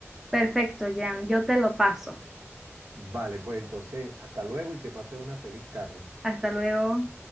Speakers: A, in the centre; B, on the right.
A: Perfecto, Jan, yo te lo paso.
B: Vale, pues entonces, hasta luego y que pases una feliz tarde.
A: Hasta luego.